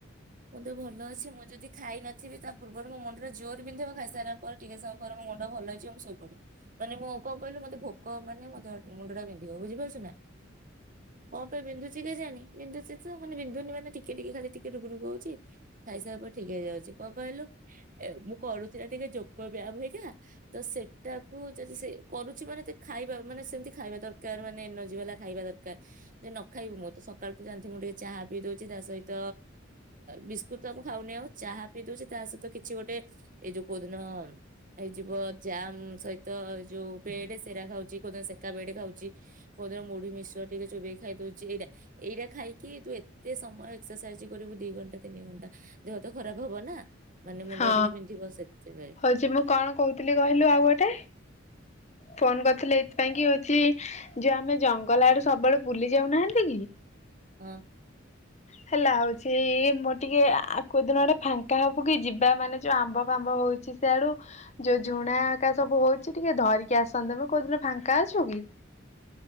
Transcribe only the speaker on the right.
ମୋ ଦେହ ଭଲ ଅଛି ମୁଁ ଯଦି ଖାଇନଥିବି ତା ପୂର୍ବରୁ ମୋ ମୁଣ୍ଡ ଟା ଜୋରେ ବିନ୍ଧିବ ମୁଁ ଖାଇସାରିଲା ପରେ ଟିକେ ସମୟ ପରେ ମୋ ମୁଣ୍ଡ ଭଲ ହେଇଯିବ ମୁ ସୋଇ ପଡିବି ମାନେ ମୁଁ କଣ କହିଲୁ ମୋତେ ଭୋକ ମାନେ ମୋତେ ମୁଣ୍ଡ ଟା ବିନ୍ଧିବ ବୁଝିପାରୁଛ ନା। କଣ ପାଇଁ ବିନ୍ଧୁଛି କେଜାଣି? ବିନ୍ଧୁଛି ତ ମାନେ ବିନ୍ଧୁନି ମାନେ ଟିକେ ଟିକେ ଖାଲି ଟିକେ ରୁଗୁ ରୁଗ୍ ହବ ଚି ଖାଇସାରିଲା ପରେ ଠିକ ହେଇଯାଉଛି କଣ କହିଲୁ ଏ ମୁଁ କରୁଛି ନା ଟିକେ ଯୋଗ ବ୍ୟାୟାମ ହେଇଗା ତ ସେଟାକୁ ଯଦି ସେ କରୁଛି ମାନେ ତା ଖାଇବା ମାନେ ସେମତି ଖାଇବା ଦରକାର ମାନେ ଏନର୍ଜି ବାଲା ଖାଇବା ଦରକାର ଯଦି ନ ଖାଇବୁ ମୁଁ ତ ସକାଳ ତୁ ଯାଣିଥିବୁ ମୁଁ ଟିକେ ଚାହା ପିଇ ଦଉଛି ତା ସହିତ ବିସ୍କୁଟ ତ ମୁଁ ଖାଉନି ଆଉ ଚାହା ପିଇ ଦଉଛି ତା ସହିତ କିଛି ଗୋଟେ ଏଇ ଯୋଉ କୋଉଦିନ ହେଇଯିବ ଜାମ ସହିତ ଯୋଉ ବେଡ ସେରା ଖାଉଛି କୋଉଦିନ ସେକା ବେଡ ଖାଉଛି କୋଉଦିନ ମୁଢି ମିଶ୍ଚର ଟିକେ ଚୋବେଇ କି ଖାଇ ଦଉଛି ଏଇଟା ଏଇଟା ଖାଇକି ତୁ ଏତେ ସମୟ ଏକ୍ସରସାଇଜ କରିବୁ ଦି ଘଣ୍ଟା। ତିନି ଘଣ୍ଟା ଦେହ ତ ଖରାପ ହବ ନା। ମାନେ ମୁଣ୍ଡ
ଟା ଟିକେ ବିନ୍ଧିବ ସେଥିପାଇଁ
ହଁ।